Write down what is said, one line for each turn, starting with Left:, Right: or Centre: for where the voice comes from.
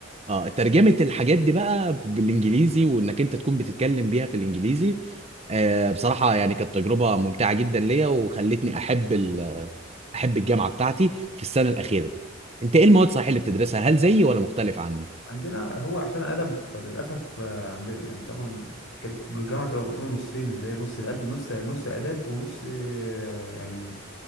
Right: اه ترجمة الحاجات دي بقى بالانجليزي وانك انت تكون بتتكلم بيها في الانجليزي آه بصراحة يعني كانت تجربة ممتعة جدا ليا وخلتني احب ال- احب الجامعة بتاعتي في السنة الأخيرة دي. انت ايه المواد صحيح اللي بتدرسها هل زيي ولا مختلف عني؟
Left: عندنا هو عشان ادب فللاسف آه، عندنا يعني طبعا كانت الجامعة تبقى مقسومة نصين اللي هي نص الأد... نص نص اداب ونص آه، يعني